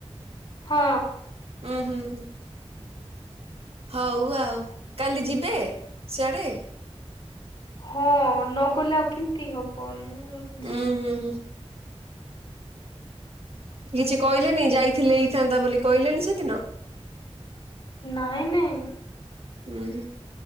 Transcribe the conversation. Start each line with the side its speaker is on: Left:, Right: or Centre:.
Left: ହଁ।
Right: ହୁଁ ହୁଁ ହଁ। ହଉ ଆଉ କାଲି ଯିବେ ସିଆଡେ।
Left: ହଁ ନଗଲେ ଆଉ କେମିତି ହବନ।
Right: ଉଁ ହୁଁ ହୁଁ। କିଛି କହିଲେନି ଯାଇଥିଲେ ହେଇଥାନ୍ତା ବୋଲି କହିଲେନି ସେଦିନ।
Left: ନାଇଁ ନାଇଁ।
Right: ହୁଁ।